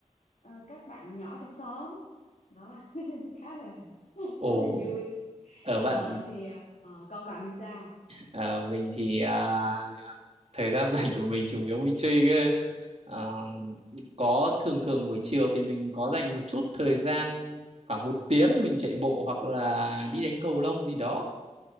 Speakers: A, on the left; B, on the right.
A: ờ, các bạn nhỏ trong xóm đó <laughs> khá là
B: ồ
A: khá là vui
B: ở
A: Ờ,
B: bạn
A: thì ờ, con bạn thì sao
B: Ờ, mình thì à, thời gian <laughs> rảnh của mình chủ yếu mình chơi game Ờ, có thường thường buổi chiều thì mình có dành một chút thời gian khoảng một tiếng mình chạy bộ hoặc là đi đánh cầu lông gì đó